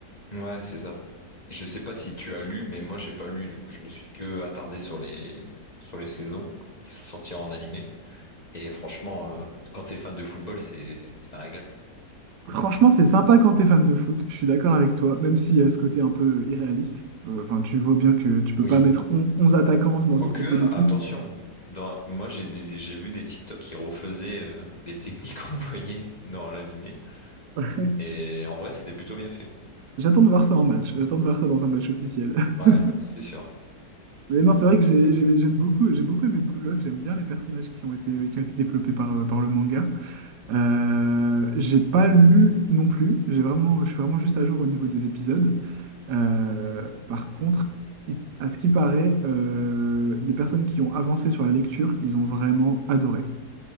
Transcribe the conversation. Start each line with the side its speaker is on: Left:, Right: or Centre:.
Left: Ouais, c'est ça. Je sais pas si tu as lu, mais moi j'ai pas lu. Du coup, je me suis que attardé sur les sur les saisons qui sont sorties en animé. Et franchement, euh, quand t'es fan de football, c'est c'est un régal.
Right: Franchement, c'est sympa quand t'es fan de foot. Je suis d'accord avec toi, même s'il y a ce côté un peu irréaliste. Euh, Enfin, tu vois bien que tu peux
Left: Oui.
Right: pas mettre on- 11 attaquants dans
Left: Quoique,
Right: une compo d'équipe.
Left: attention. Dans, moi, j'ai des- j'ai vu des TikTok qui refaisaient euh, les techniques <laughs> qu'on voyait dans l'animé.
Right: Ouais. <laughs>
Left: Et en vrai, c'était plutôt bien fait.
Right: J'attends de voir ça en match. J'attends de voir ça dans un match officiel. <laughs>
Left: Ouais, c'est sûr.
Right: Mais non, c'est vrai que j'ai- j'ai- j'aime beaucoup, j'ai beaucoup aimé Blue Lock. J'aime bien les personnages qui ont été, qui ont été développés par, euh, par le manga. Euh, j'ai pas lu non plus. J'ai vraiment, je suis vraiment juste à jour au niveau des épisodes. Euh, par contre, il- à ce qui paraît, euh, les personnes qui ont avancé sur la lecture, ils ont vraiment adoré.